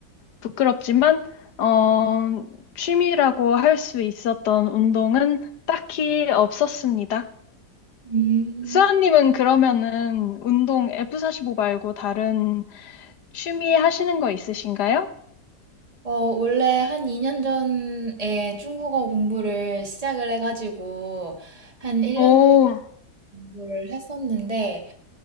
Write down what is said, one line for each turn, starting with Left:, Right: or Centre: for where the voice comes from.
Left: 부끄럽지만, 어, 취미라고 할 수 있었던 운동은 딱히 없었습니다.
Right: 음,
Left: 수아님은 그러면은 운동 F45 말고 다른 취미 하시는 거 있으신가요?
Right: 어, 원래 한 2년 전에 중국어 공부를 시작을 해가지고 한 1년
Left: 오,
Right: 공부를 했었는데,